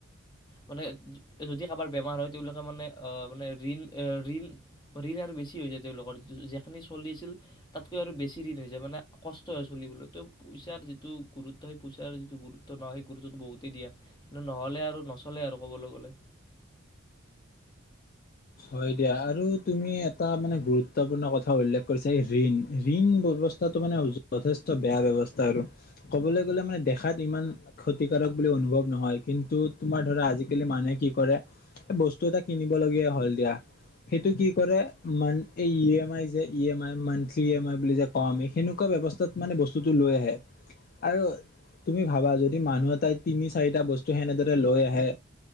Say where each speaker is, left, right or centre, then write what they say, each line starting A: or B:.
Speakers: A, on the left (about 20°); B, on the left (about 45°).
A: মানে, যদি কাৰোবাৰ বেমাৰ হয়, তেওঁলোকে, মানে, মানে, ঋণ-ঋণ-ঋণ আৰু বেছি হৈ যায়। তেওঁলোকৰ যেখিনিয়েই চলি আছিল তাতকৈ, আৰু বেছি ঋণ হৈ যায়। মানে, কষ্ট হয় চলিবলৈ। তেও, পইচাৰ যিটো গুৰুত্ব, সেই পইচাৰ যিটো গুৰুত্ব নহয়, সেই গুৰুত্বটো বহুতেই দিয়া, মানে, নহ'লে আৰু নচলে আৰু, ক'বলৈ গ'লে
B: হয়, দিয়া। আৰু, তুমি এটা, মানে, গুৰুত্বপূৰ্ণ কথা উল্লেখ কৰিছা। ঋণ-ঋণ ব্যৱস্থাটো, মানে, যথেষ্ট বেয়া ব্যৱস্থা। আৰু, ক'বলৈ গ'লে, মানে, দেখাত ইমান ক্ষতিকাৰক বুলি অনুভৱ নহয়। কিন্তু, তোমাৰ ধৰা, আজিকালি মানুহে কি কৰে, বস্তু এটা কিনিব লগীয়া হ'ল দিয়া। সেইটো কি কৰে? এই ইএমআই যে, ইএমআই, মান্থলি ইএমআই বুলি যে কওঁ, আমি সেনেকুৱা ব্যৱস্থাত, মানে, বস্তুটো লৈ আহে। আৰু, তুমি ভাবা, যদি মানুহ এটাই তিনি-চাৰিটা বস্তু সেনেদৰে লৈ আহে,